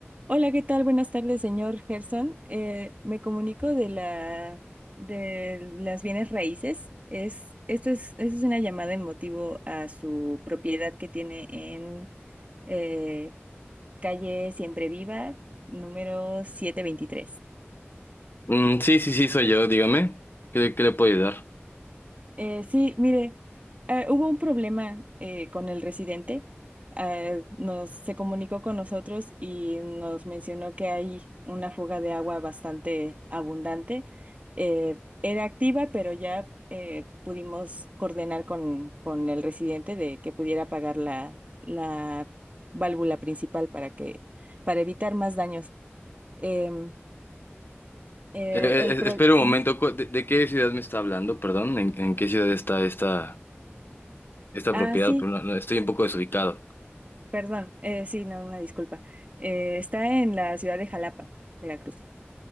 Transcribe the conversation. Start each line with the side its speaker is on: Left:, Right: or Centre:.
Right: Hola, ¿qué tal? Buenas tardes, señor Gerson. Eh, me comunico de la de las bienes raíces. Es, esto es, esto es una llamada en motivo a su propiedad que tiene en eh, calle Siempre Viva, número 723.
Left: Mm, sí, sí, sí, soy yo, dígame. ¿Qué, qué le puedo ayudar?
Right: Eh, sí, mire, eh, hubo un problema eh, con el residente. Ah, nos se comunicó con nosotros y nos mencionó que hay una fuga de agua bastante abundante. Eh, era activa, pero ya eh, pudimos coordinar con, con el residente de que pudiera apagar la, la válvula principal para que, para evitar más daños. Em, eh,
Left: Eh, eh,
Right: el pro-
Left: espera un
Right: Ujú.
Left: momento, cu- ¿de, de qué ciudad me está hablando? Perdón, ¿en, en qué ciudad está esta, esta
Right: Ah,
Left: propiedad?
Right: sí.
Left: Pero no- no, estoy un poco desubicado.
Right: Perdón, eh, sí, no, una disculpa. Eh, está en la ciudad de Jalapa, Veracruz.